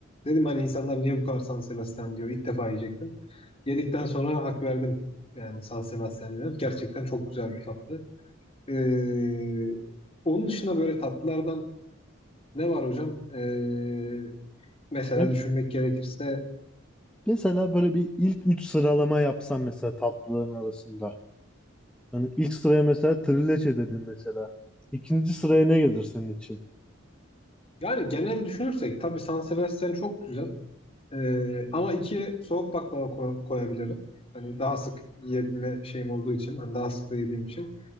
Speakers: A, on the left; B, in the centre.
A: dedim hani insanlar niye bu kadar San Sebastian diyor. İlk defa yiyecektim. Yedikten sonra hak verdim. Yani San Sebastian dedim. Gerçekten çok güzel bir tatlı. Ee, onun dışında böyle tatlılardan ne var hocam? Ee, mesela
B: Me-
A: düşünmek gerekirse
B: Mesela böyle bir ilk 3 sıralama yapsam mesela tatlıların arasında. Hani ilk sıraya mesela trileçe dedin mesela. İkinci sıraya ne gelir senin için?
A: yani genel düşünürsek tabii San Sebastian çok güzel. Ee, ama iki soğuk baklava ko- koyabilirim. Hani daha sık yiyebilme şeyim olduğu için, hani daha sık da yediğim için.